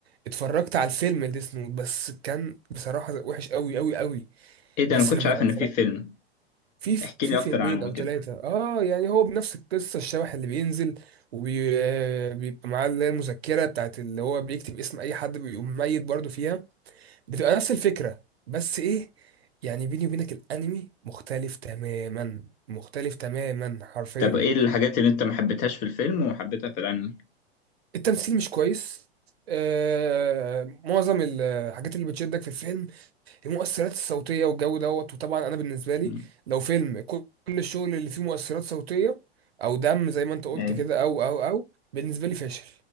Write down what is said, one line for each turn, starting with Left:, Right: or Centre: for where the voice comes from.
Right: اتفرجت على الفيلم ديس نوت بس كان بصراحه وحش قوي قوي قوي
Left: ايه ده
Right: بس
Left: انا كنتش
Right: لما
Left: عارف ان
Right: اتفرجت
Left: في فيلم
Right: في في
Left: احكي لي
Right: فيلمين
Left: اكتر عنه
Right: او
Left: كده
Right: ثلاثه اه يعني هو بنفس القصه الشبح اللي بينزل وبيبقى معاه اللي هي المذكره بتاعت اللي هو بيكتب اسم اي حد بيقوم ميت برضه فيها بتبقى نفس الفكره بس ايه يعني بيني وبينك الانمي مختلف تماما مختلف تماما حرفيا
Left: طب ايه الحاجات اللي انت ما حبيتهاش في الفيلم وحبيتها في الانمي
Right: التمثيل مش كويس آه معظم الحاجات اللي بتشدك في الفيلم المؤثرات الصوتيه والجو دوت وطبعا انا بالنسبه لي
Left: مم.
Right: لو فيلم كل الشغل اللي فيه مؤثرات صوتيه او دم زي ما انت قلت
Left: ايه
Right: كده او او او بالنسبه لي فاشل